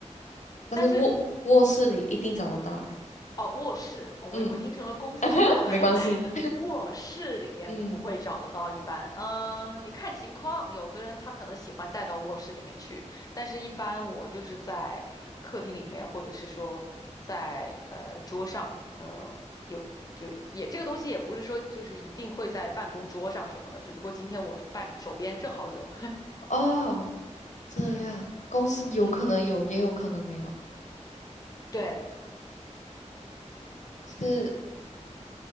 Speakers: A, on the left; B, on the left.
A: 但是卧卧室里一定找得到哎。
B: 但是。哦，卧室，哦我我听成了公司，
A: 嗯，<laughs>
B: 我还
A: 没关系。
B: <laughs> 卧室里面不会找得到，
A: 嗯，
B: 一般，嗯，也看情况，有的人他可能喜欢带到卧室里面去，但是一般我就是在客厅里面，或者是说在呃桌上，呃，有就也这个东西也不是说就是一定会在办公桌上什么的，只不过今天我办手边正好有，
A: 哦，这样，公司有可能有，
B: <laughs> 嗯，
A: 也有可能没有。
B: 对，
A: 是